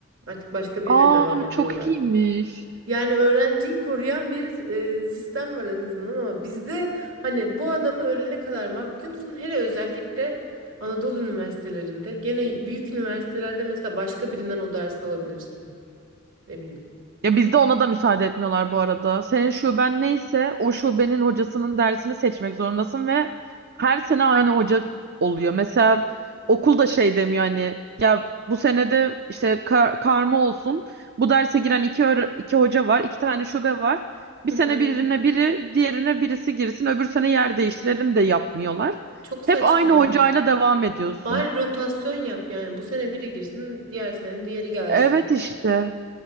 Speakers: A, on the right; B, on the right.
A: Artık başka biriyle
B: aa
A: devam ediyorlar.
B: çok iyiymiş.
A: Yani öğrenciyi koruyan bir e, sistem var en azından ama bizde hani bu adamı ölene kadar mahkumsun. Hele özellikle Anadolu üniversitelerinde gene büyük üniversitelerde mesela başka birinden o dersi alabilirsin. Ne bileyim.
B: Ya bizde ona da müsaade etmiyorlar bu arada. Senin şuben neyse o şubenin hocasının dersini seçmek zorundasın ve her sene aynı hoca oluyor. Mesela okul da şey demiyor hani ya bu senede işte kar- karma olsun. Bu derse giren iki, öğre- iki hoca var, iki tane şube var. Bir
A: Hı
B: sene
A: hı.
B: birine biri, diğerine birisi girsin, öbür sene yer değiştirelim de yapmıyorlar.
A: Çok saçma
B: Hep aynı
A: ya.
B: hocayla devam ediyorsun.
A: Bari rotasyon yap yani bu sene biri girsin diğer sene diğeri gelsin.
B: Evet işte.